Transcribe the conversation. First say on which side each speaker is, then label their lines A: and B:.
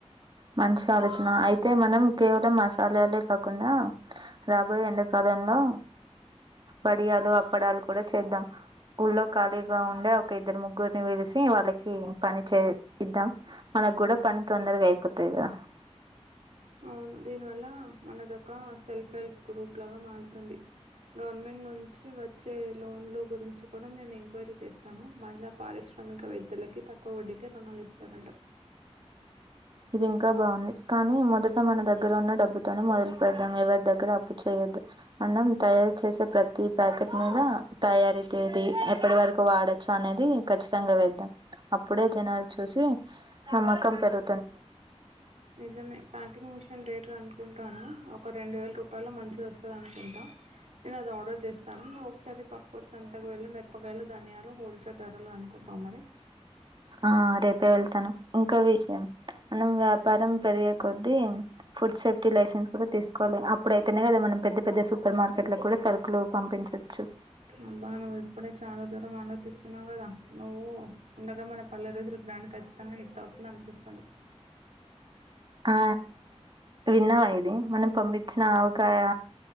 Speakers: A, on the right; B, on the right.
A: మంచి ఆలోచన అయితే మనం కేవలం మసాలాలే కాకుండా రాబోయే ఎండకాలంలో వడియాలు అప్పడాలు కూడా చేద్దాం ఊళ్ళ ఖాళీగా ఉండే ఇద్దరు ముగ్గురుని విరిసి వాళ్ళకి పని చే ఇద్దాం మనకు కూడా పని తొందరగా అయి <unintelligible>
B: అవును దీని వల్ల మనదొక సెల్ఫ్ హెల్ప్ గ్రూప్ లాగా మారుతుంది గవర్నమెంట్ నుంచి వచ్చే మానదొక సెల్ఫ్ వెల్ గవర్నమెంట్ నుండి వచ్చే లోన్లు గురించి కూడా నేను ఎంక్వైరీ చేస్తాను మహిళ పారిశ్రామిక వేత్తలకు తక్కువ వడ్డీకే రుణాలు ఇస్తానట
A: ఇది ఇంకా బాగుంది కానీ మొదట మన దగ్గర ఉన్న డబ్బుతోనే మొదలు పడదం ఎవరి దగ్గర అప్పు చేయొద్దు అన్నం తయారు చేసే ప్రతి ప్యాకెట్ మీద తయారీ ది ఎప్పటి వరకు వాడొచ్చు అనేది ఖచ్చితంగా వేద్దాం అప్పుడే జనాలు చూసి నమ్మకం కదూ
B: నిజమే ప్యాకింగ్ మిషన్ రే అనుకుంటాను ఒక రెండు వేల రూపాయలు మంచి వస్తది అనుకుంట నేను అది ఆర్డర్ చేస్తాను నువ్ ఒకసారి పక్క కొర్ సంతకు వెళ్ళి మిరపకాయలు ధనియాలు హోల్సే ధరలు అనుకుంటాం మరి
A: ఆ రేపే వెళ్తాను ఇంకో విషయం మనం వ్యాపారం పెరిగేకో ది ఫుడ్ సేఫ్టీ లైసెన్స్ కూడా తీసుకోవాలి అప్పుడైతేనే కదా మనం పెద్ద పెద్ద సూపర్ మార్కెట్ కూడా సరుకులు పంపించవచ్చు
B: అబ్బా నువ్వు ఇప్పుడే చాలా దూరం ఆలోచిస్తున్నా కదా నువ్వు ఉండగా మన పల్లె ర బ్రాండ్ఖచ్చతంగా హిట్ అవుతుంది అనిపిస్తుంది
A: ఆ విన్నావా ఇది మనం పంపించిన ఆవకాయ